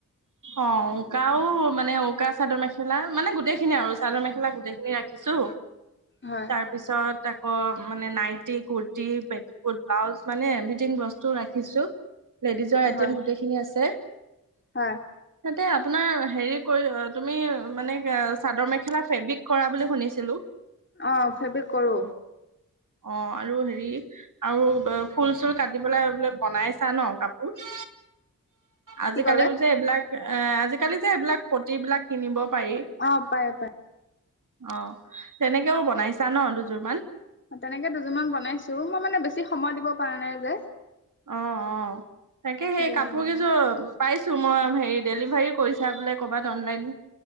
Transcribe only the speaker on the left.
হয়
হয়
হয়
অ ফেব্ৰৰিক কৰো
কি ক'লে
অ পায় পায়
তেনেকে দুযোৰমান বনাইছো মই মানে বেছি সময় দিব পৰা নাই যে <inaudible>
সেইটো
কাৰণে